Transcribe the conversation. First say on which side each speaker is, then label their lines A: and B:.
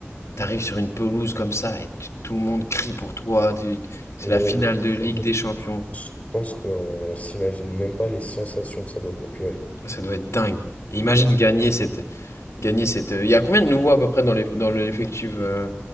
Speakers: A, on the left; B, on the left.
A: t'arrives sur une pelouse comme ça et tu- tout le monde crie pour toi. tu- C'est
B: Mais gros,
A: la finale de Ligue
B: en fait,
A: des Champions.
B: je pense qu'on s'imagine même pas les sensations que ça doit procurer.
A: Ouais, Ça doit être dingue. Et
B: Et
A: imagine
B: t-
A: gagner cette. Gagner cette. euh, Il y a combien de nouveaux à peu près dans les... dans l'effectif euh,